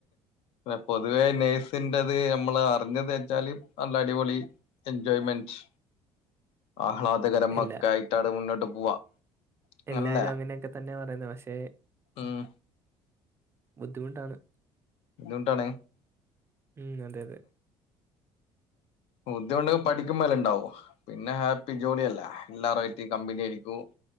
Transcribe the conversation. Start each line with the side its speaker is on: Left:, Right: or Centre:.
Left: പൊതുവേ നെയ്സിന്റെതഹ് നമ്മള് പറഞ്ഞു തച്ചാല് നല്ല അടിപൊളി എൻജോയ്മെന്റ് ആഹ്ലാദകരമൊക്കെ
Right: എല്ലാ
Left: ആയിട്ട് അടെ മുന്നോട്ട് പോവാ അങ്ങനല്ലേ
Right: എല്ലാരും അങ്ങനെയൊക്കെ തന്നെ പറയുന്നു പക്ഷെ
Left: ഉം
Right: ബുദ്ധിമുട്ടാണ്
Left: എന്തുകൊണ്ടാാണ്
Right: ഉം അതെ അതെ
Left: ബുദ്ധിമുണ്ട് പഠിക്കുമ്പോല ഇണ്ടാവും പിന്നെ ഹാപ്പി ജോലിയല്ല എല്ലാവാരും ആറ്റി കമ്പനി ആയിരിക്കും